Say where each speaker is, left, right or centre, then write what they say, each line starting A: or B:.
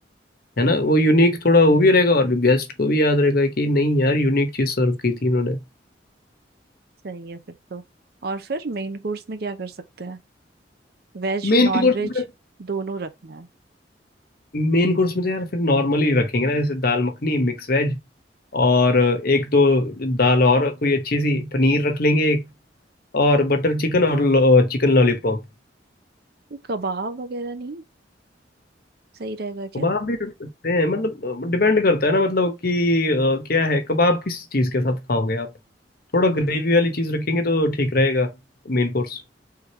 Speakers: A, on the left; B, on the right.
A: है ना वो यूनिक थोड़ा वो भी रहेगा और गेस्ट को भी याद रहेगा कि नहीं यार यूनिक चीज़ सर्व की थी इन्होंने
B: सही है फिर तो और फिर मेन कोर्स में क्या कर सकते हैं वेज
A: मेन
B: नॉन
A: कोर्स
B: वेज
A: में
B: दोनों रखना है
A: मेन कोर्स में तो यार फिर नॉर्मली रखेंगे ना जैसे दाल मखनी मिक्स वेज और एक दो दाल और कोई अच्छी सी पनीर रख लेंगे और बटर चिकन और चिकन लॉलीपॉप
B: तो कबाब वगैरह नहीं सही रहेगा क्या
A: कबाब भी रख सकते हैं मतलब डिपेंड करता है ना मतलब कि अ, क्या है कबाब किस चीज़ के साथ खाओगे आप थोड़ा ग्रेवी वाली चीज़ रखेंगे तो ठीक रहेगा मेन कोर्स